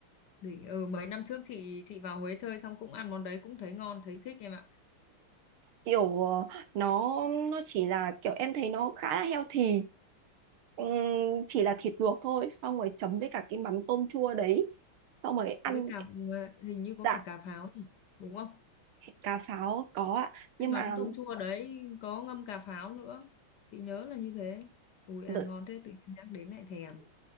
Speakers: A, on the left; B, on the right.
A: Đỉnh, ừ, mấy năm trước chị chị vào Huế chơi xong cũng ăn món đấy cũng thấy ngon, thấy thích em ạ.
B: kiểu ờ, nó nó chỉ là kiểu em thấy nó khá là healthy Ừm, chỉ là thịt luộc thôi xong rồi chấm với cả cái mắm tôm chua đấy xong rồi ăn
A: Với cả ờ, hình như có
B: dạ
A: cả cà pháo nhỉ, đúng không?
B: thịt cá pháo có ạ nhưng
A: Cái mắm
B: mà
A: tôm chua đấy có ngâm cà pháo nữa. Chị nhớ là như thế. Ui ăn
B: tự
A: ngon thế tự nhiên nhắc đến lại thèm.